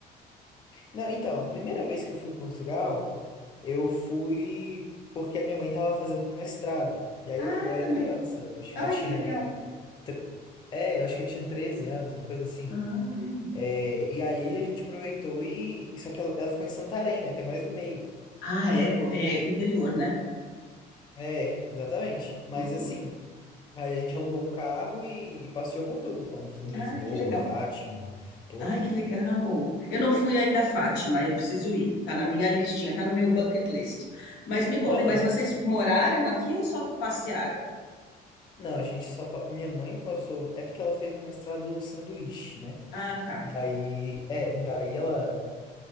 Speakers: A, on the left; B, on the left.
A: Não, então, a primeira vez que eu fui para Portugal, eu fui porque a minha mãe estava fazendo mestrado. E aí
B: Ah,
A: eu, eu
B: é
A: era
B: também.
A: criança, eu acho
B: Ai,
A: que eu tinha.
B: que legal.
A: tre- É, eu acho que eu tinha 13 anos, uma coisa assim.
B: Ah,
A: É, e aí a gente aproveitou e. Só que ela, ela ficou em Santarém, né? Que é mais no meio.
B: Ah, é, co- é interior, né?
A: É, exatamente. Mas
B: Uhum.
A: assim, aí a gente alugou um carro e passeou por tudo. Fomos em Lisboa,
B: Ah, que legal.
A: Fátima, Porto.
B: Ai, que legal. Eu não fui ainda a Fátima, eu preciso ir. Tá na minha listinha, tá no meu bucket list. Mas me contem,
A: Aham.
B: mas vocês moraram aqui ou só passearam?
A: Não, a gente só. pa- Minha mãe passou. É porque ela fez um mestrado sanduíche, né?
B: Ah, tá.
A: Daí. É, daí ela.